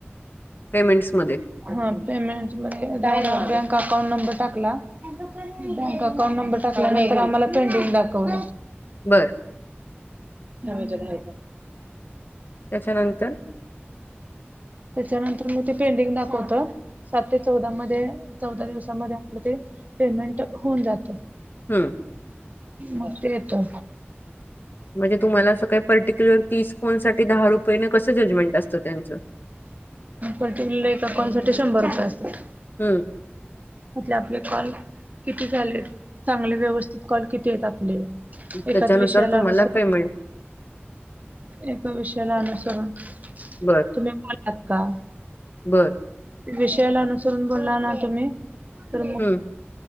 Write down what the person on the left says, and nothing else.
पेमेंट्समध्ये
बरं
त्याच्यानंतर
हम्म
म्हणजे तुम्हाला असं काही पर्टिक्युलर तीस कोन साठी दहा रुपयेने कसं जजमेंट असतं त्यांचं
हम्म
त्याच्यानुसार
तुम्हाला
पेमेंट
बरं,
बरं
हं